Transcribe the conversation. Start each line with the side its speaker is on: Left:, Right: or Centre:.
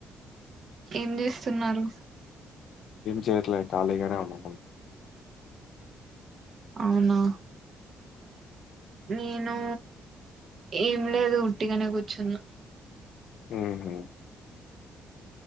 Right: ఏం చేస్తున్నారు
Left: చేర్లే కాలిగానే ఉన్నా
Right: అవునా నేను ఏం లేదు ఉట్టిగానే కూర్చున్న
Left: హ